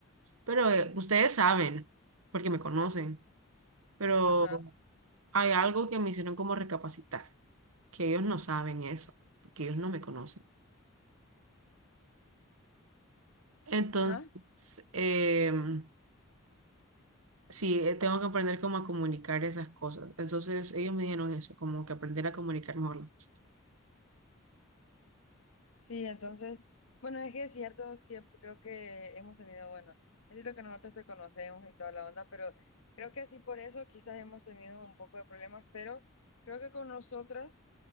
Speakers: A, on the right; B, on the left.
A: Pero eh, ustedes saben, porque me conocen, pero
B: Ajá,
A: hay algo que me hicieron como recapacitar. que ellos no saben eso, porque ellos no me conocen. Entonces,
B: ajá.
A: em, sí, eh, tengo que aprender cómo a comunicar esas cosas. Entonces, ellos me dijeron eso, como que aprender a comunicar mejor las cosas.
B: Sí, entonces, bueno, es que es cierto, siempre creo que hemos tenido, bueno, es cierto que nosotros te conocemos y toda la onda, pero creo que así por eso quizás hemos tenido un poco de problemas, pero creo que con nosotras,